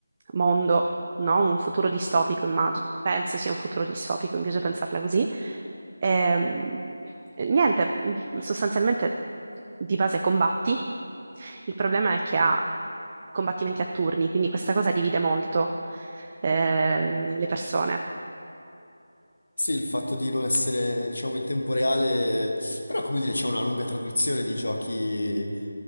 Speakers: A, on the right; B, on the left.
A: mondo no? Un futuro distopico, immagino. Penso sia un futuro distopico, mi piace pensarla così. Ehm, E, niente, mm, sostanzialmente di base combatti. Il problema è che ha combattimenti a turni, quindi questa cosa divide molto eh, le persone.
B: Sì, il fatto di non essere, diciamo, in tempo reale, però come dire, c'è una lunga tradizione di giochi eh,